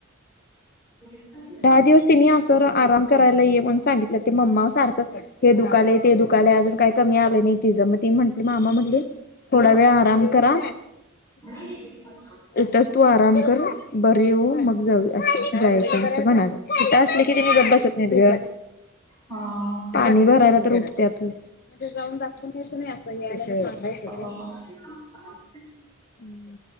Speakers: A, on the left (about 15°); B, on the left (about 45°).
A: होय काय.
B: दहा दिवस तिनी असं आराम करायला ये म्हणून सांगितलं ते मम्मा सारखं हे दुखालेय ते दुखालेय अजून काही कमी आलं नाही तिजं मग ती म्हटली मामा म्हटली थोडा वेळ आराम करा.
A: ह <unintelligible>
B: इथच तू आराम कर बर येऊ मग जाऊ अस. जायचं असं म्हणाले त असले की तेनी गप बसत नाही ग.
A: हा.
B: पाणी भरायला तर उठत्यातच. तिथं जाऊन दाखवून यायचं नाही असं या सांगायच.
A: ह ह
B: हम्म.